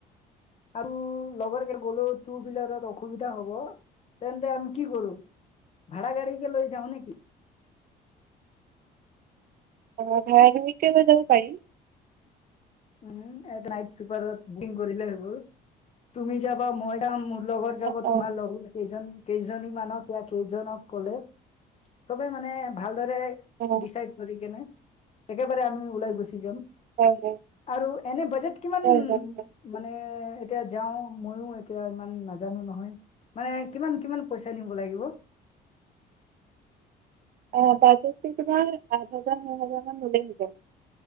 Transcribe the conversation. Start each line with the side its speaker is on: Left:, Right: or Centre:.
Left: আৰু লগৰকে গলেও টু হুইলাৰত অসুবিধা হ'ব। তেন্তে আমি কি কৰো ভাৰা গাড়ী কে লৈ যাওঁ নেকি?
Right: অ ভাড়া গাড়ীতে লৈ যাব পাৰি।
Left: উ নাইট চুপাৰত বুকিং কৰিলে হৈ গ'ল। তুমি যাবা মই যাম মোৰ লগৰ যাব
Right: অ
Left: তোমাৰ
Right: অ
Left: লগ সেইজন কেইজনী মানক বা কেইজনক কলে চবে মানে ভাল। দৰে
Right: অ
Left: ডিচাইড কৰি কেনে একেবাৰে আমি ওলাই গুচি যাম।
Right: হয় হয়।
Left: আৰু এনে বাজেট কিমান
Right: হয় হয় হয়
Left: মানে এতিয়া যাও ময়ো এতিয়া ইমান নাজানো নহয়। মানে কিমান কিমান পইচা নিব লাগিব।
Right: অ বাজেটটো তোমাৰ আঠ হাজাৰ ন হাজাৰ মান হ'লে হৈ যায় চোন।